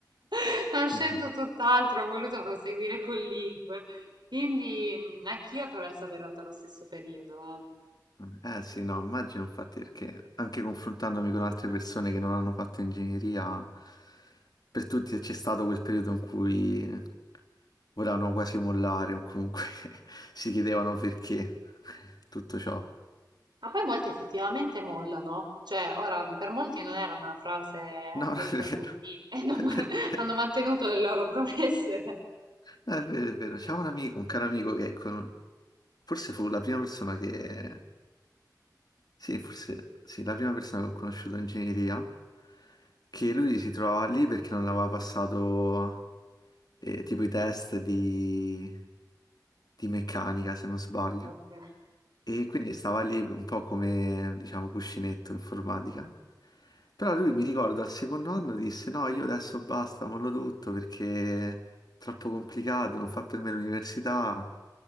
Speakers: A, on the right (about 90°); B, on the left (about 65°).
A: <laughs> non ho scelto
B: <laughs>
A: tutt'altro, ho voluto proseguire con lingue. Quindi mm, anch'io ho attraversato in realtà lo stesso periodo, eh.
B: Ah, Eh sì, no, immagino infatti perché anche confrontandomi con altre persone che non hanno fatto ingegneria, per tutti c'è stato quel periodo in cui volevano quasi mollare o comunque <laughs> si chiedevano perché tutto ciò.
A: Ma poi molti effettivamente mollano, cioè ora mhmm, per molti non era una frase
B: No,
A: detta
B: non è vero.
A: così <laughs> e non
B: <laughs>
A: man- <laughs> hanno mantenuto le loro promesse.
B: No, È vero, è vero. C'è un amico, un caro amico che con- forse fu la prima persona che Sì, forse sì, la prima persona che ho conosciuto in ingegneria, che lui si trovava lì perché non aveva passato eh, tipo i test di, di meccanica, se non sbaglio,
A: <laughs> Ok.
B: e quindi stava lì un po' come, diciamo, cuscinetto informatica. Però lui mi ricordo al secondo anno disse: No, io adesso basta, mollo tutto perché è troppo complicato, non fa per me l'università